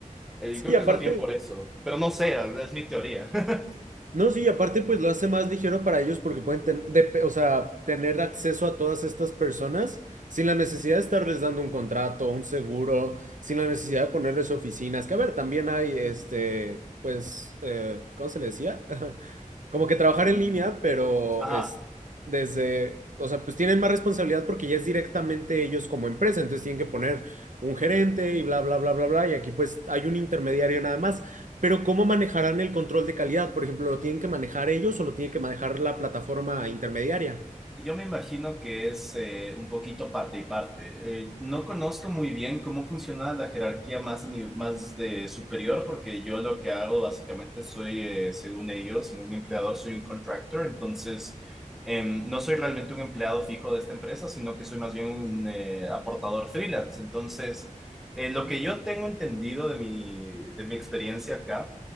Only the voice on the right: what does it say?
Sí,
aparte,
no, sí, aparte pues lo hace más ligero para ellos porque pueden ten- dep- o sea, tener acceso a todas estas personas sin la necesidad de estarles dando un contrato, un seguro, sin la necesidad de ponerles oficinas, que a ver, también hay, este, pues, eh, ¿cómo se le decía? <laughs> Como que trabajar
en línea, pero
es desde, o sea, pues tienen más responsabilidad porque ya es directamente ellos como empresa, entonces tienen que poner un gerente y bla, bla, bla, bla, bla, y aquí pues hay un intermediario nada más. Pero ¿cómo manejarán el control de calidad? Por ejemplo, ¿lo tienen que manejar ellos o lo tiene que manejar la plataforma intermediaria?